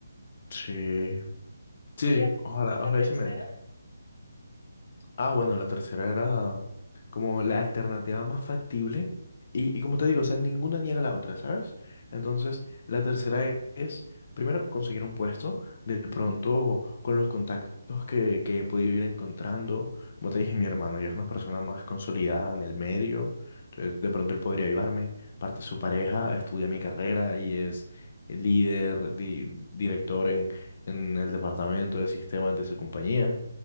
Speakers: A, on the left; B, on the left.
A: Sí, sí, sí,
B: Y la,
A: ojalá,
B: y
A: ojalá
B: la tercera.
A: y se me dé. Ah, bueno, la tercera era como la alternativa más factible. Y, y como te digo, o sea, ninguna niega la otra, ¿sabes? Entonces, la tercera e- es, primero, conseguir un puesto, de pronto con los contactos que, que he podido ir encontrando. Como te dije, mi hermano ya es una persona más consolidada en el medio, entonces de pronto él podría ayudarme. Parte su pareja estudia mi carrera y es líder, di- director en, en el departamento de sistemas de su compañía.